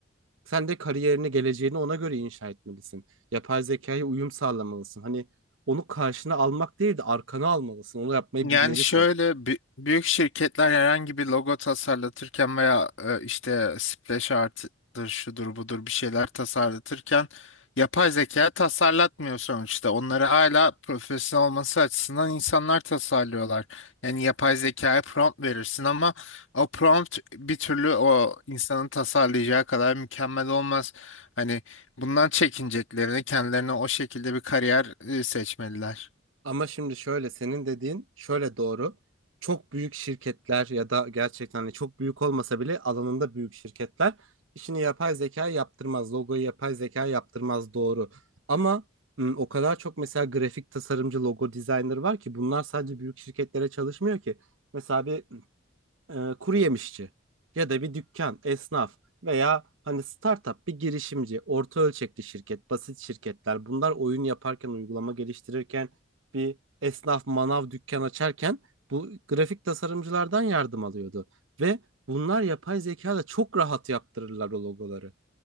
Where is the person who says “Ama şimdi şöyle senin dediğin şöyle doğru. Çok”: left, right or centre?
Right